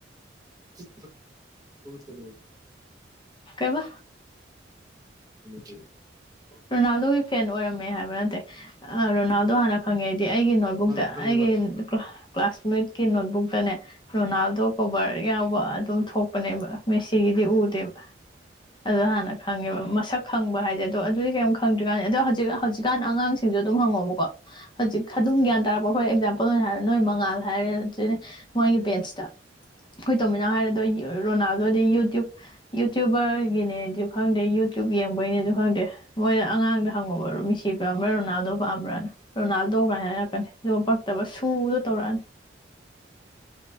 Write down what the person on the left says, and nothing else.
ꯀꯩꯕ
ꯔꯣꯅꯥꯜꯗꯣꯒꯤ ꯐꯦꯟ ꯑꯣꯏꯔꯝꯃꯦ ꯍꯥꯏꯕ ꯅꯠꯇꯦ ꯔꯣꯅꯥꯜꯗꯣ ꯍꯥꯟꯅ ꯈꯪꯉꯦ ꯍꯥꯏꯗꯤ ꯑꯩꯒꯤ ꯕꯨꯛꯇ
ꯑꯩꯒꯤ ꯀ꯭ꯂꯥꯁꯃꯦꯠꯀꯤ ꯅꯣꯠꯕꯨꯛꯇꯅꯦ ꯔꯣꯅꯥꯜꯗꯣ ꯀꯣꯕꯔ ꯌꯥꯎꯕ ꯑꯗꯨꯝ ꯊꯣꯛꯄꯅꯦꯕ ꯃꯦꯁꯤꯒꯤꯗꯤ ꯎꯗꯦꯕ ꯑꯣ ꯍꯥꯟꯅ ꯈꯪꯉꯦꯕ ꯃꯁꯛ ꯈꯪꯕ ꯍꯥꯏꯁꯦ ꯑꯗꯣ ꯑꯗꯨꯗꯤ ꯀꯩꯝ ꯈꯪꯗ꯭ꯔꯤꯀꯥꯟꯅꯤ ꯑꯗꯣ ꯍꯧꯖꯤꯛ ꯍꯧꯖꯤꯛꯀꯥꯟ ꯑꯉꯥꯡꯁꯤꯡꯁꯨ ꯑꯗꯨꯝ ꯍꯪꯉꯣꯕꯀꯣ ꯍꯧꯖꯤꯛ ꯑꯗꯨꯝ ꯒ꯭ꯌꯥꯟ ꯇꯥꯔꯛꯄ ꯑꯩꯈꯣꯏ ꯑꯦꯛꯖꯥꯝꯄꯜ ꯑꯣꯏꯅ ꯍꯥꯏꯔ ꯅꯣꯏ ꯃꯉꯥꯜ ꯍꯥꯏꯔꯁꯤꯅꯦ ꯃꯣꯏꯒꯤ ꯄꯦꯖꯇ ꯑꯩꯈꯣꯏ ꯇꯣꯃꯤꯅꯥ ꯍꯥꯏꯔꯗꯣ ꯔꯣꯅꯥꯜꯗꯣꯗꯤ ꯌꯨꯇ꯭ꯌꯨꯕ ꯌꯨꯇ꯭ꯌꯨꯕꯔꯒꯤꯅꯦꯁꯨ ꯈꯪꯗꯦ ꯌꯨꯇ꯭ꯌꯕ ꯌꯦꯡꯕꯒꯤꯅꯦꯁꯨ ꯈꯪꯗꯦ ꯃꯣꯏꯅ ꯑꯉꯥꯡꯗ ꯍꯪꯉꯨꯕꯣ ꯃꯤꯁꯤ ꯄꯥꯝꯕ꯭ꯔꯥ ꯔꯣꯅꯥꯜꯗꯣ ꯄꯥꯝꯕ꯭ꯔꯥꯅ ꯔꯣꯅꯥꯜꯗꯣ ꯀꯥꯏꯅ ꯍꯥꯏꯔꯛꯀꯅꯤ ꯑꯗꯨꯒ ꯐꯛꯇꯕ ꯁꯨꯗꯣ ꯇꯧꯔꯛꯑꯅꯤ